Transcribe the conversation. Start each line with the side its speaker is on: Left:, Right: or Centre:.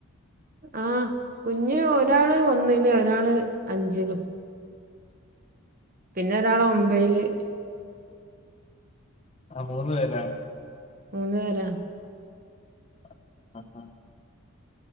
Right: ആഹ കുഞ്ഞ് ഒരാള് ഒന്നില് ഒരാള് അഞ്ചില് പിന്നെ ഒരാള് ഒമ്പൈയില്
Left: ആ മൂന്ന് പേരാണ്
Right: മൂന്ന് പേരാ
Left: അ ആ ആ